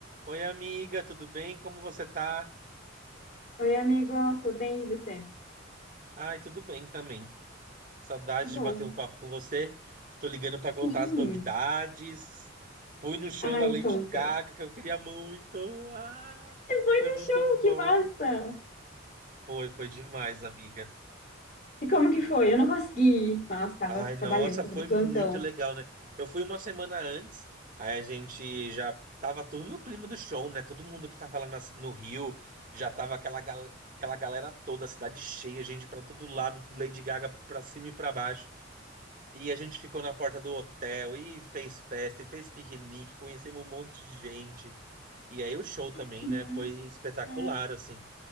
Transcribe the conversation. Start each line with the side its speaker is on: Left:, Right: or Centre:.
Right: Oi, amiga, tudo bem? Como você tá?
Left: Oi, amigo, tô bem, e você?
Right: Ai, tudo bem também. Saudade
Left: Que bom.
Right: de bater um papo com você. Tô ligando pra contar
Left: Sim.
Right: as novidades. Fui no show
Left: Ai,
Right: da Lady
Left: conta.
Right: Gaga que eu queria muito. Ah,
Left: Você foi
Right: foi
Left: no
Right: muito
Left: show,
Right: bom.
Left: que massa!
Right: Foi, foi demais, amiga.
Left: E como que foi? Eu não consegui. ir. Nossa, tava
Right: Ai,
Left: trabalhando,
Right: nossa,
Left: tava
Right: foi
Left: de plantão.
Right: muito legal, né? Eu fui uma semana antes, aí a gente já tava tudo no clima do show, né? Todo mundo que tava lá na ci- no Rio, já tava aquela, gal- aquela galera toda, a cidade cheia, gente pra todo lado, Lady Gaga pra cima e pra baixo. E a gente ficou na porta do hotel e fez festa, e fez piquenique, conhecemos um monte de gente. E aí o show também,
Left: Que
Right: né?
Left: massa!
Right: Foi espetacular, assim.